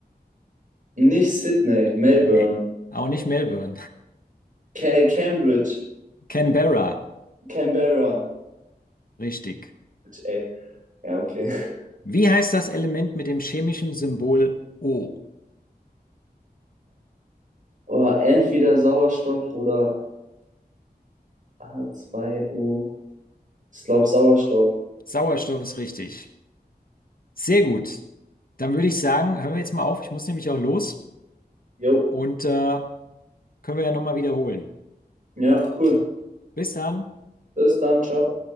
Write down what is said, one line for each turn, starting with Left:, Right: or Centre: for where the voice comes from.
Right: Nicht Sydney, Melbourne.
Left: Nee. Auch nicht Melbourne.
Right: Ca- Cambridge.
Left: <laughs> Canberra.
Right: Canberra.
Left: Richtig.
Right: ey. Ja, okay. <laughs>
Left: Wie heißt das Element mit dem chemischen Symbol O?
Right: Oh, entweder Sauerstoff oder H2O. Ich glaube Sauerstoff.
Left: Sauerstoff ist richtig. Sehr gut. Dann würde ich sagen, hören wir jetzt mal auf. Ich muss nämlich auch los
Right: Jo.
Left: und äh, können wir ja nochmal wiederholen.
Right: Ja, cool.
Left: Bis dann.
Right: Bis dann. Ciao.